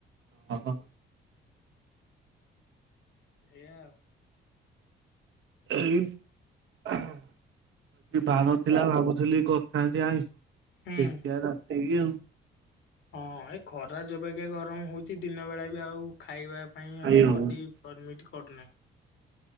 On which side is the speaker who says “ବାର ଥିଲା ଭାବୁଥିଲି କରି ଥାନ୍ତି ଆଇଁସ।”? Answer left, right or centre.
Right